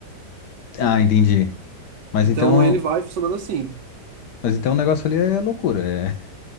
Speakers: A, on the left; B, on the right.
A: Ah, entendi. Mas
B: Então
A: então,
B: ele vai funcionando assim.
A: mas então o negócio ali é loucura, é